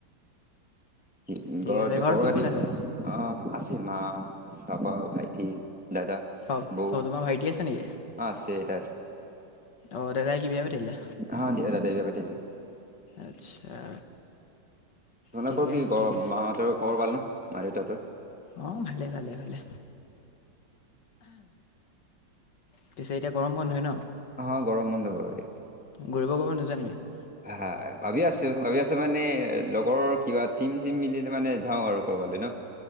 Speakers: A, in the centre; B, on the left.
A: কি
B: ঠিক
A: ঘৰত
B: আছে
A: খবৰ
B: কোন
A: খাটি
B: কোন আছে
A: অ আছে মা, পাপা, ভাইটি, দাদা।
B: অ অ
A: বৌ
B: তোমাৰ ভাইটি আছে নেকি?
A: অ আছে দেউতা
B: অ দাদাই কি বিয়া পাতিলে?
A: আছে অ দাদা বিয়া পাতিলে
B: আচ্ছা।
A: তোমালোকৰ
B: ঠিকে
A: কি
B: আছে
A: ঘৰৰ
B: ঠিকে আছে
A: মাহঁতৰ খবৰ ভাল ন মা দেউতাহঁতৰ?
B: অঁ ভালে ভালে ভালে। পিছে এতিয়া গৰম বন্ধ হয় ন?
A: অঁ গৰম বন্ধ হয়।
B: ঘূৰিব ক'ৰবাত নোযোৱা নেকি?
A: হা হা ভাবি আছোঁ ভাবি আছোঁ মানে লগৰ কিবা টিম টিম মিলি মানে যাওঁ আৰু কৰ'বালৈ ন।